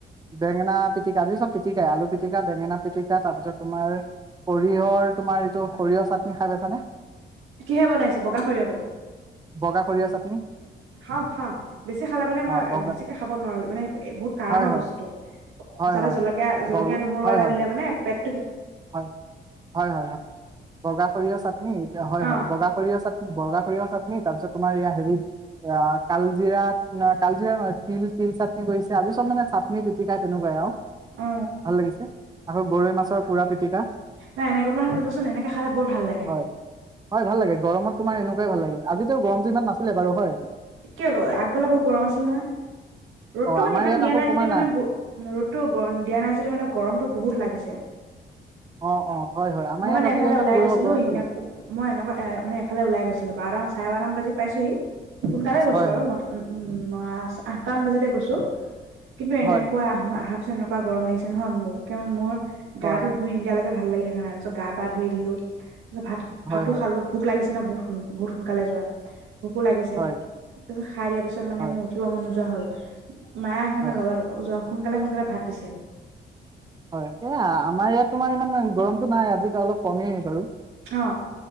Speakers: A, on the right (about 20°); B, on the right (about 80°).
A: বেঙেনা পিটিকা আজি চব পিটিকা আলু পি পিটিকা বেঙেনা পিটিকা তাৰ পিছত তোমাৰ সৰিয়হৰ তোমাৰ এইটো সৰিয়হ চাটনি খাই বাইছানে?
B: কিহে বনাইছে বগা সৰিয়হটো?
A: বগা সৰিয়হ চাটনি
B: খাও খাও বেছি খালে মানে মই
A: অ' বগা
B: বেছিকে খাব নোৱাৰো মানে বহুত কাৰা
A: হয়
B: ন
A: হয়
B: বস্তুতটো,
A: হয়
B: যাতে
A: হয়
B: জলকীয়া জলকীয়া
A: হয়
B: নহ মোৰ
A: হয়
B: আদা
A: হয় হয় হয়
B: দিলে মানে পেট
A: হয় হয় হয় হয় বগা সৰিয়হ চাটনিতিয়া হয়
B: অ
A: হয় বগা সৰিয়হ চাটনি বগা সৰিয়হ চাটনি তাৰ পিছত তোমাৰ হেৰি কালজিৰা কালজিৰা নহয় তিল তিল চাটনি কৰিছে আজি চব মানে চাটনি পিটিকা তেনেকুৱাই আৰু
B: অ
A: ভাল লাগিছে আকৌ গৰৈ মাছৰ পুৰা পিটিকা টিকা
B: নাই এনেক তোমাৰ খাবচোন এনেকে খালে বৰ ভাল লাগে
A: হয় হয় ভাল লাগে গৰমত তোমাৰ এনেকুৱাই ভালাগে আজিতো গৰমটো ইমান নাছিলে বাৰু হয়
B: এক আগবেলা বহুত গৰম আছিল নহয় ৰ'দতটো
A: অ
B: মানে
A: আমাৰ
B: ইমান
A: ইয়াত
B: দিয়া
A: আকৌ
B: নাই
A: তোমাৰ
B: যদিও মানে ৰ'দতটো দিয়া নাই যদি মানে গৰমতটো বহুত লাগিছে
A: অ অ হয় হয় আমাৰ
B: মই
A: ইয়াত
B: মানে
A: আজি
B: এফালে
A: ইমান
B: ওলাই
A: গৰ
B: গৈছিলো
A: গৰমটো
B: এনে
A: নাই
B: মই এনেকুৱা এ মানে এফালে ওলাই গৈছিলো বাৰ চাৰে বাৰমান বাজি পাইছোহি সোনকালে গৈছো
A: হয়
B: বাৰু
A: হয়
B: ন উম ন আঠটা মান বাজিতে গৈছো কিন্তু এনেকুৱা
A: হয়
B: আহো আহা তত এনেকুৱা গৰম লাগিছে নহয় মোক মোৰ
A: হয়
B: গাটো ধুই নিদিয়া লাগে ভাল লাগি থাকা নাই তাপাচত <unintelligible> গা পা ধুই দিলো ভাত ভাতো
A: হয় হয়
B: খালো ভোক লাগিছে ি বহুত বহুত সোনকালে যোৱা ভোকো লাগিছে
A: হয়
B: তাৰপিছত খাই দিয়া পিছত মানে
A: হয়
B: মোৰ উঠিব মন নোযোৱা হ'ল <inaudible> মাহ সেইকাৰণে
A: হয়
B: লগাল য সোনকালে সোনকালে ভাত দিছে
A: হয় এ আমাৰ ইয়াত তোমাৰ ইমান গৰমতটো নাই আজি এতিয়া অলপ কমেই বাৰু
B: অ